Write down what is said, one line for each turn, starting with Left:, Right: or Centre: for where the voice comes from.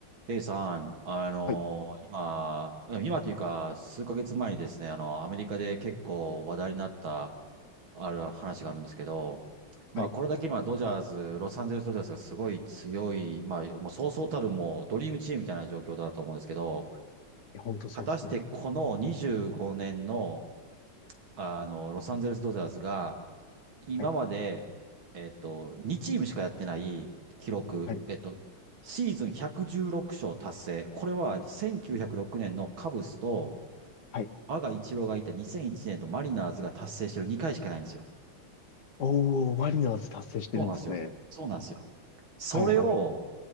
Right: ケイさん、あのー今、
Left: はい、
Right: 今というか、数ヶ月前にですね、あの、アメリカで結構話題になった、ある話があるんですけど、まあ、
Left: はい。い
Right: これだけ今、ドジャース、ロサンゼルスドジャースがすごい強い、まあ、もうそうそうたるもう、ドリームチームみたいな状況だと思うんですけど、
Left: や、ほんとそうですね。
Right: 果たしてこの25年の、あの、ロサンゼルスドジャースが、今まで、
Left: はい、
Right: えっと、2チームしかやってない記録、
Left: はい、
Right: えっと、シーズン116勝達成。これは1906年のカブスと、
Left: はい。
Right: 我が一郎がいた2001年のマリナーズが達成してる2回しかないんですよ。
Left: おー、マリナーズ達成してるんですね。
Right: そうなんですよ。そうなんですよ。それを
Left: はい、はい、